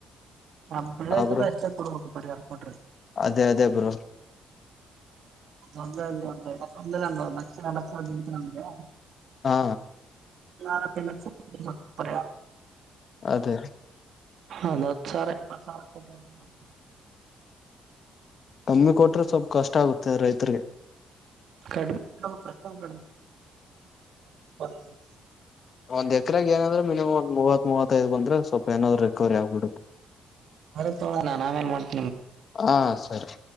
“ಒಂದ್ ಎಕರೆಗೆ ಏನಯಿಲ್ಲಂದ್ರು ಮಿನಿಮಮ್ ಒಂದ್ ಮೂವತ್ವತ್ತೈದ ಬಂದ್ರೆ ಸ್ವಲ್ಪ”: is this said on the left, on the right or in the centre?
Left